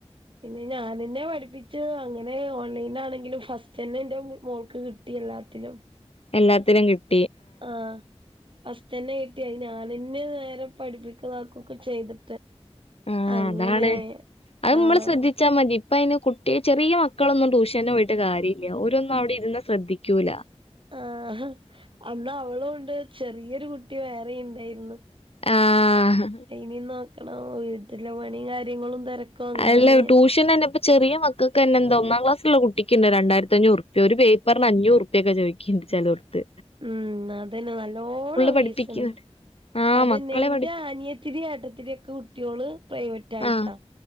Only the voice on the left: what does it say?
എല്ലാത്തിനും കിട്ട
ആഹ്
അതാണ് അത് നമ്മള്
ശ്രദ്ധിച്ചാൽ മതി ഇപ്പ അയിന് കുട്ടിയ ചെറിയ മക്കളൊന്നും ട്യൂഷന് പോയിട്ട് കാര്യല്ല ഓരൊന്നും അവിടെ ഇരുന്ന് ശ്രദ്ധിക്കൂല്ല
ആഹ്
അല്ല <unintelligible> ഇപ്പ ചെറിയ മക്കൾക്കന്നെ എന്തോ ഒന്നാം ക്ലാസിലുള്ള കുട്ടിക്കുണ്ട് രണ്ടായിരത്തി അഞ്ഞൂറ് ഉറുപ്പ്യാ ഒരു പേപ്പറിന് അഞ്ഞൂറ് ഉറു പ്പ്യക്കെ ചോദിക്കണ്ട് ചിലോട്ത്ത്
പഠിപ്പിക്ക്ണ് ആ
മക്കളെ പഠിപ്പി
ആ